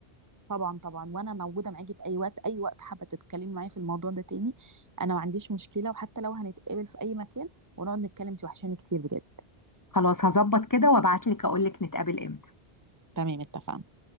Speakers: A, on the right; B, on the left.
A: طبعا طبعا وانا موجوده معاكي في اي وقت اي وقت حابه تتكلمي معايا في الموضوع ده تاني انا ما عنديش مشكله وحتى لو هنتقابل في اي مكان ونقعد نتكلم انت وحشاني كتير بجد
B: خلاص هظبط كده وأبعتلك أقولك نتقابل إمتى
A: تمام اتفقنا